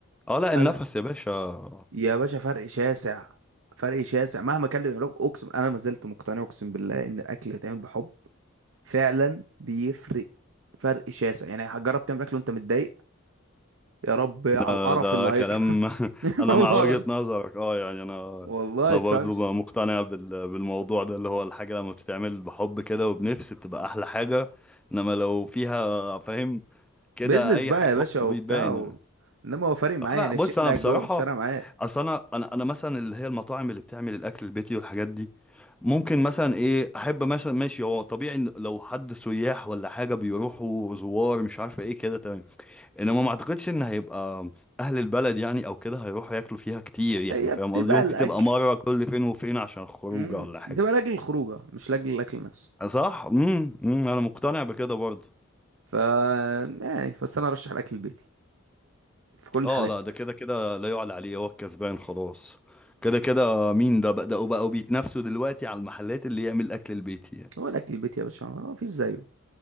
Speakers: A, in the centre; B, on the right (about 70°).
A: اه لا
B: لا
A: النفس
B: لا
A: يا باشا
B: يا باشا فرق شاسع فرق شاسع مهما كان اللي بيعملوه اقسم انا ما زلت مقتنع اقسم بالله ان الاكل اللي يتعمل بحب فعلا بيفرق فرق شاسع يعني هتجرب تعمل اكل وانت متضايق يا رب على
A: ده,
B: القرف
A: ده
B: اللي هيطلع
A: كلام <laughs>
B: <laughs>
A: انا
B: والله
A: مع وجهة نظرك اه يعني انا
B: والله
A: انا
B: تفهمش
A: برضو بقى مقتنع بال- بالموضوع ده اللي هو الحاجة لما بتتعمل بحب كده وبنفس بتبقى احلى حاجة انما لو فيها فاهم كده
B: بيزنس
A: اي
B: بقى
A: حاجة
B: يا باشا
A: برضو
B: وبتاع
A: بيتبان
B: و... انما هو فارق معايا
A: آه، لا
B: يعني
A: بص
B: الشيف اللي
A: انا
B: قاعد
A: بصراحه
B: جوه مش فارق معايا
A: اصل انا انا انا مثلا اللي هي المطاعم اللي بتعمل الاكل البيتي والحاجات دي ممكن مثلا ايه احب مثلا ماشي هو طبيعي إن لو حد سياح ولا حاجه بيروحوا زوار مش عارفه ايه كده تمام انما ما اعتقدش ان هيبقى اهل البلد يعني او كده هيروحوا ياكلوا فيها كتير يعني
B: هي
A: فاهم
B: بتبقى
A: قصدي ممكن
B: الاكل
A: تبقى مره كل فين وفين عشان خروجه
B: امم
A: ولا حاجه
B: بتبقى لاجل الخروجه مش لاجل الاكل نفسه
A: صح امم أمم، انا مقتنع بكده برضه
B: ف يعني بس انا ارشح الاكل البيتي في كل الحالات
A: اه لا ده كده كده لا يعلى عليه هو الكسبان خلاص كده كده مين ده بدأوا بقوا بيتنافسوا دلوقتي على المحلات اللي يعمل الأكل البيتي يعني.
B: هو الاكل البيتي يا باشا ما فيش زيه